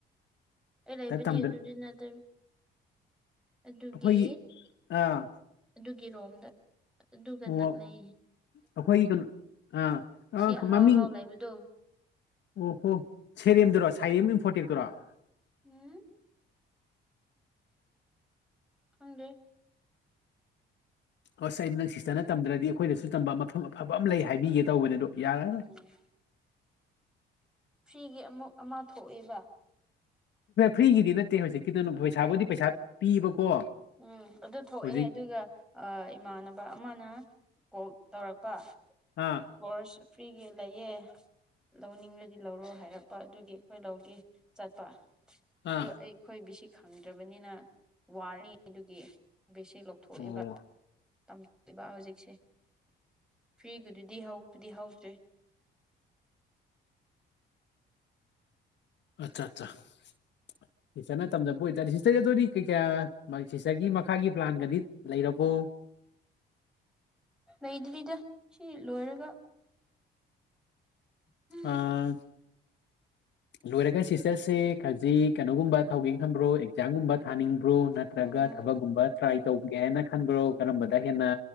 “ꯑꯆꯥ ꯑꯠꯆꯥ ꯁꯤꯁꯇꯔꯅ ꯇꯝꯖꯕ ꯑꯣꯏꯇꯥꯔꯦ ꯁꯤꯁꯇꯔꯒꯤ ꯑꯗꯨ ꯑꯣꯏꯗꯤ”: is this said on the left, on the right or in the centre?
Left